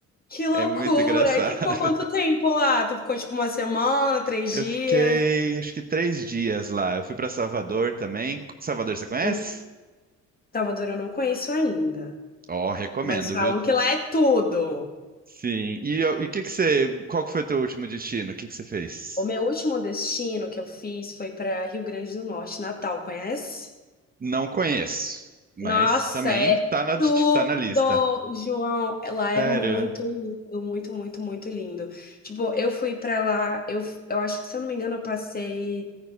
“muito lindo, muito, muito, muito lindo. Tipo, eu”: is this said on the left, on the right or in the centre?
Left